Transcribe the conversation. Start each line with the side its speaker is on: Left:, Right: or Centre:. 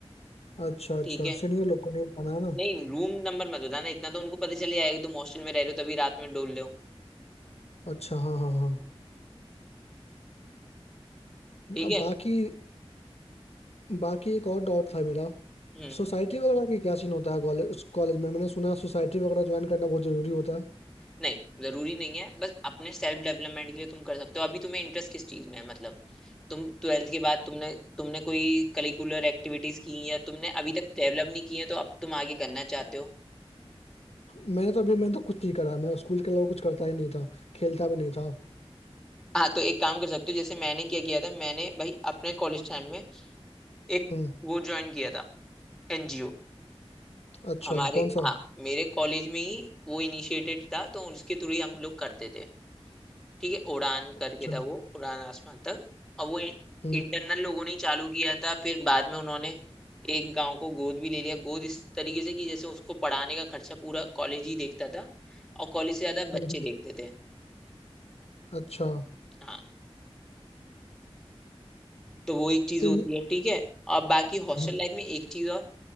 Left: अच्छा अच्छा
Centre: ठीक है
Left: सीनियर लोग को नहीं बताना है
Centre: नहीं रूम नंबर मत बताना इतना तो उनको पता चल जाएगा कि तुम हॉस्टल में रह रहे हो तभी रात में डोल रहे हो
Left: अच्छा हाँ हाँ हाँ
Centre: ठीक
Left: अब
Centre: है
Left: बाकी बाकी एक और डाउट था मेरा
Centre: हम्म
Left: सोसाइटी वगैरह की क्या सीन होता है कॉलेज उस कॉलेज में मैंने सुना है सोसाइटी वगैरह ज्वाइन करना बहुत जरूरी होता है
Centre: नहीं जरूरी नहीं है बस अपने सेल्फ डेवलपमेंट के लिए तुम कर सकते हो अभी तुम्हें इंटरेस्ट किस चीज में है मतलब तुम ट्वेल्थ के बाद तुमने तुमने कोई करिकुलर एक्टिविटीज की हैं या तुमने अभी तक डेवलप नहीं की है तो अब तुम आगे करना चाहते हो
Left: मैंने तो अभी मैंने तो कुछ नहीं करा है मैं स्कूल के अलावा कुछ करता ही नहीं था खेलता भी नहीं था
Centre: हाँ तो एक काम कर सकते हो जैसे मैंने क्या किया था मैंने भाई अपने कॉलेज टाइम में एक
Left: हम्म
Centre: वो ज्वाइन किया था एनजीओ
Left: अच्छा
Centre: हमारे
Left: कौन सा
Centre: हाँ मेरे कॉलेज में ही वो इनिशिएटेड था तो उसके थ्रू ही हम लोग करते थे ठीक है उड़ान
Left: अच्छा
Centre: करके था वो उड़ान आसमान तक और वो इंटरनल
Left: हम्म
Centre: लोगों ने ही चालू किया था फिर बाद में उन्होंने एक गांव को गोद भी ले लिया गोद इस तरीके से कि जैसे उसको पढ़ाने का खर्चा पूरा कॉलेज ही देखता था और कॉलेज से ज्यादा बच्चे
Left: हम्म, हम्म,
Centre: देखते थे
Left: अच्छा
Centre: हाँ तो वो एक चीज
Left: इन
Centre: होती है ठीक है और बाकी हॉस्टल
Left: हम्म
Centre: लाइफ में एक चीज और